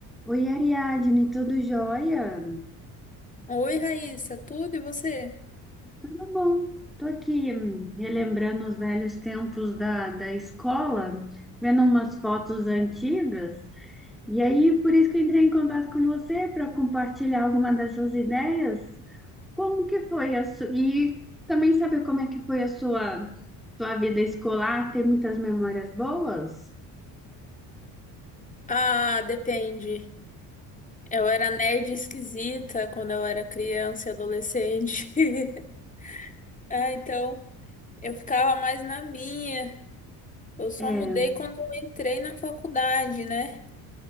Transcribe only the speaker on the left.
Oi, Raíssa, tudo e você?
Ah, depende. Eu era nerd esquisita quando eu era criança e adolescente. <laughs> Ah, então eu ficava mais na minha. Eu só
mudei quando eu entrei na faculdade, né?